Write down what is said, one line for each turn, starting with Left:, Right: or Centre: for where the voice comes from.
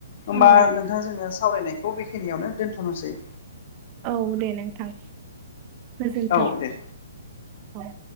Left: होमबा
Right: औ
Left: नोंथाङा जोङो सावरायनायखौ बेखिनियावनो दोनथ'नोसै
Right: औ दे नोंथां गोजोनथों
Left: औ दे
Right: औ।